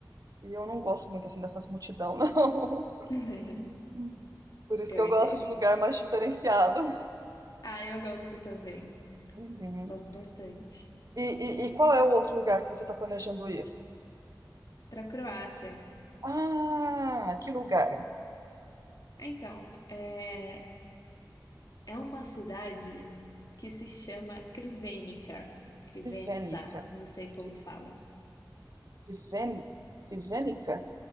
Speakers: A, on the right (about 50°); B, on the left (about 55°).
A: e eu não gosto muito assim dessas multidão, não.
B: <laughs>
A: <laughs> Por isso
B: Eu
A: que eu
B: entendo.
A: gosto de lugar mais diferenciado.
B: Ah, eu gosto também.
A: Uhum.
B: Gosto bastante.
A: E, e, e qual é o outro lugar que você está planejando ir?
B: Para Croácia.
A: Ah, que lugar?
B: Então, é, é uma cidade que se chama Krivenica. Krivenica,
A: Crivênica.
B: não sei como
A: Cri-
B: fala.
A: Criven, Crivênica?